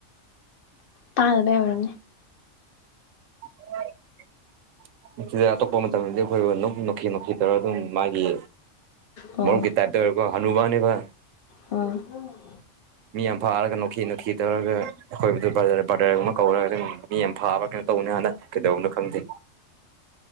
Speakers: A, on the left (about 55°); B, on the right (about 80°).
A: ꯇꯥꯗꯕꯩ ꯑꯣꯏꯔꯝꯅꯤ
B: <unintelligible> ꯁꯤꯗ ꯑꯇꯣꯞꯄ ꯃꯇꯝꯗꯗꯤ ꯑꯩꯈꯣꯏ ꯅꯣꯛꯈꯤ ꯅꯣꯛꯈꯤ ꯇꯧꯔꯒꯥ ꯑꯗꯨꯝ ꯃꯥꯒꯤ
A: ꯑꯣ
B: ꯃꯔꯨꯞꯀꯤ ꯇꯥꯏꯞꯇ ꯑꯣꯏꯔꯔꯤꯕ ꯍꯅꯨꯕꯅꯦꯕ
A: ꯎꯝ
B: ꯃꯤ ꯌꯥꯝ ꯐꯥꯔꯒ ꯅꯣꯛꯈꯤ ꯅꯣꯛꯈꯤ ꯇꯧꯔꯒ ꯑꯩꯈꯣꯏꯕꯨꯗꯨ ꯕꯗꯔ ꯕꯔꯗꯔꯒꯨꯝꯕ ꯀꯧꯔꯒ ꯑꯗꯨꯝ ꯃꯤ ꯌꯥꯝ ꯐꯥꯕ <unintelligible> ꯀꯩꯗꯧꯅꯣ ꯈꯪꯗꯦ